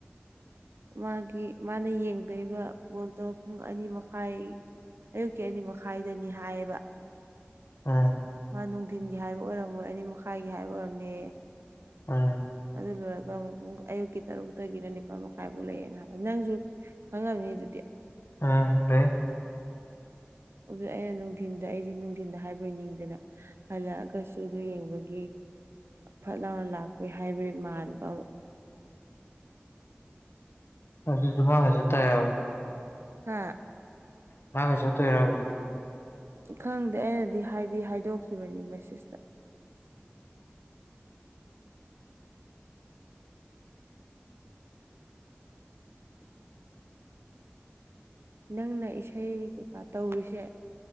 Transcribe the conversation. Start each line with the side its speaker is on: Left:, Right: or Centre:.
Right: ꯃꯥꯒꯤ ꯃꯥꯅ ꯌꯦꯡꯗꯕ ꯕꯣꯜꯗꯣ ꯄꯨꯡ ꯑꯅꯤ ꯃꯈꯥꯏ ꯑꯌꯨꯛꯀꯤ ꯑꯅꯤ ꯃꯈꯥꯏꯗꯅꯤ ꯍꯥꯏꯌꯦꯕ
Left: ꯑꯣ
Right: ꯃꯥ ꯅꯨꯡꯊꯤꯟꯒꯤ ꯍꯥꯏꯕ ꯑꯣꯏꯔꯝꯃꯣꯏ ꯑꯅꯤ ꯃꯈꯥꯏꯒꯤ ꯍꯥꯏꯕ ꯑꯣꯏꯔꯝꯅꯦ
Left: ꯑꯝ
Right: ꯑꯗꯨ ꯂꯣꯏꯔꯒ ꯑꯃꯨꯛ ꯑꯌꯨꯛꯀꯤ ꯇꯔꯨꯛꯇꯒꯤꯅ ꯅꯤꯄꯥꯜ ꯃꯈꯥꯏꯐꯥꯎ ꯂꯩꯌꯦꯅ ꯍꯥꯏ ꯅꯪꯁꯨ ꯈꯪꯉꯝꯅꯤ ꯑꯗꯨꯗꯤ
Left: ꯎꯝ ꯂꯩ
Right: ꯑꯗꯨ ꯑꯩꯅ ꯅꯨꯡꯊꯤꯟꯗ ꯑꯩꯗꯤ ꯅꯨꯡꯊꯤꯟꯗ ꯍꯥꯏꯕꯣꯏ ꯅꯤꯡꯗꯅ ꯍꯜꯂꯛꯑꯒꯁꯨ ꯑꯗꯨ ꯌꯦꯡꯕꯒꯤ ꯐꯠ ꯂꯥꯎꯅ ꯂꯥꯛꯄꯒꯤ ꯍꯥꯏꯕꯩ ꯃꯥꯟꯕ
Left: <unintelligible>
Right: ꯍꯥ
Left: ꯉꯥꯏꯍꯥꯛ ꯂꯩꯔ ꯆꯇꯣꯏꯔꯕꯥ
Right: ꯈꯪꯗꯦ ꯑꯩꯅꯗꯤ ꯍꯥꯏꯗꯤ ꯍꯥꯏꯗꯣꯛꯈꯤꯕꯅꯤ ꯃꯦꯁꯦꯁꯇ ꯅꯪꯅ ꯏꯁꯩ ꯀꯩꯀꯥ ꯇꯧꯔꯤꯁꯦ